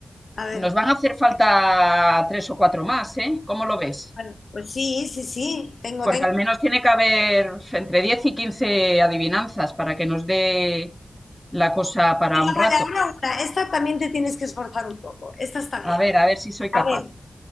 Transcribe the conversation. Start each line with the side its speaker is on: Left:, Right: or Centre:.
Left: A ver,
Centre: Nos van a hacer falta tres o cuatro más, ¿eh? ¿Cómo lo ves?
Left: vale. pues sí, sí, sí, tengo,
Centre: Porque
Left: tengo.
Centre: al menos tiene que haber entre 10 y 15 adivinanzas para que nos dé la cosa para
Left: Venga,
Centre: un rato.
Left: vale, ahora una. Esta también te tienes que esforzar un poco. Esta está
Centre: A
Left: bien.
Centre: ver, a ver si soy capaz.
Left: A ver,